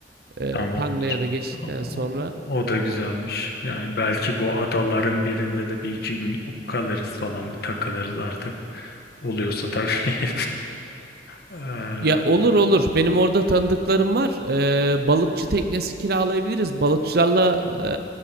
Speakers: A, on the right (about 60°); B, on the left (about 60°).
A: Ee,
B: Tamamdır.
A: Panga'ya da geçtikten
B: O, o-
A: sonra.
B: o da güzelmiş. Yani belki bu adaların birinde de bir iki gün kalırız falan bir takılırız artık. Oluyorsa tabii. <laughs> Eee,
A: Ya olur olur. Benim orada tanıdıklarım var. Ee, balıkçı teknesi kiralayabiliriz. Balıkçılarla e,